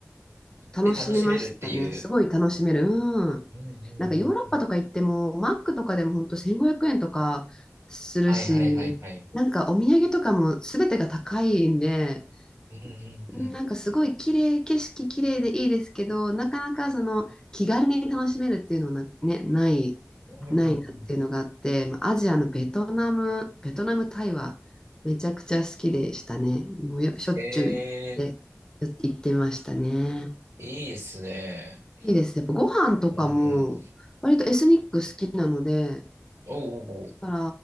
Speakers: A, on the right; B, on the left.
A: 行って楽しめるっていう。
B: 楽しめましたね。すごい楽しめる。うん。
A: うんうんうんうん。
B: なんかヨーロッパとか行っても、マックとかでも本当1500円とかするし、
A: はいはいはいはい。
B: なんかお土産とかも全てが高いんで、
A: うんうんうん。
B: なんかすごい綺麗、景色綺麗でいいですけど、なかなかその気軽に楽しめるっていうのはな、ね、ない、
A: うんうんうん。
B: ないなっていうのがあって、まあアジアのベトナム、ベトナム、タイはめちゃくちゃ好きでしたね。もうよしょっちゅう行って、
A: ええ
B: よ行ってましたね。
A: いいですね。
B: いいです。やっぱご飯とかも割とエスニック好きなので、
A: うんうん。おうおうおう。
B: だか